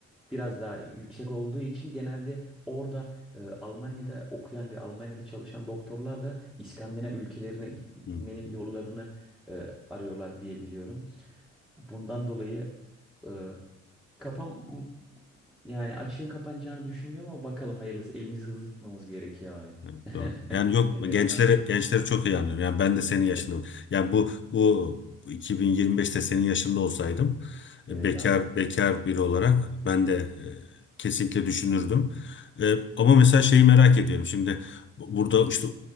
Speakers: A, in the centre; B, on the left (about 40°).
A: biraz daha yüksek olduğu için genelde orada e, Almanya'da okuyan ve Almanya'da çalışan doktorlar da İskandinav ülkelerine gitmenin
B: hı hı.
A: yollarını e, arıyorlar diye biliyorum. Bundan dolayı e, kafam yani açığın kapanacağını düşünmüyorum ama bakalım hayırlısı. Elimizi hızlı tutmamız gerekiyor abi.
B: Evet,
A: <laughs>
B: doğru. Yani yok
A: Evet
B: gençleri
A: abi.
B: gençleri çok iyi anlıyorum. Yani ben de senin yaşında.
A: Evet.
B: Yani bu bu 2025'te senin yaşında olsaydım e,
A: Evet
B: bekar
A: abi.
B: bekar biri olarak ben de e, kesinlikle düşünürdüm. E, ama mesela şeyi merak ediyorum. Şimdi bu- burada işte